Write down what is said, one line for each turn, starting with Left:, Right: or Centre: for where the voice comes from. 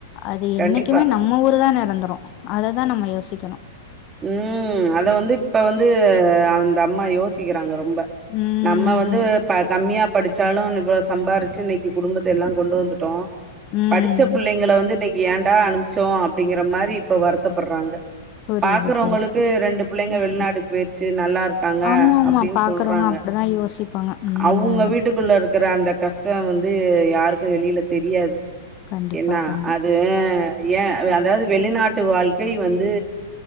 Left: அது
Right: கண்டிப்பா
Left: என்னிக்குமே நம்ப ஊரு தானே ந்துரு அததா நம்ப யோசிக்கணு
Right: ம் அத வந்து இப்ப வந்து அந்த அம் மா யோசிக்கிறாங்க ரொம் ப
Left: ம்.
Right: நம்ப வந்து ப்ப கம்மியா படிச்சாலு ன் இவ்ளோ சம்பாரிச்சு இன்னிக்கு குடும்பத்த எல்லா கொண்டு வந்துட்டோ
Left: ம்.
Right: படிச்ச பிள்ளைங்கள வந்து இனிக் கி ஏன்டா அனுப்ச்சோ அப்டிங்கற மாரி இப்ப வருத்தப்பட்றாங்க
Left: புரியுது,
Right: பாக்குறவங்களுக்கு
Left: புரியுது.
Right: ரெண்டு பிள்ளைங்க
Left: ம்.
Right: வெளிநாட்டுக்கு பொய்ர்ச்சி நல்லா இருக்காங்க
Left: ஆமாமா.
Right: அப்டின்னு
Left: பாக்குறவங்க
Right: சொல்றாங்க
Left: அப்படிதான் யோசிப்பாங்க. ம்.
Right: அவுங்க வீட்டுக்குள்ள இரு க்குற அந்த கஷ்ட்டோ வந்து யாருக்கு வெளில தெரியாது
Left: கண்டிப்பா,
Right: என்னா
Left: கண்டிப்பா.
Right: அது அ ஏ அதாவது வெளிநாட் ட்டு வாழ்க்கை வந்து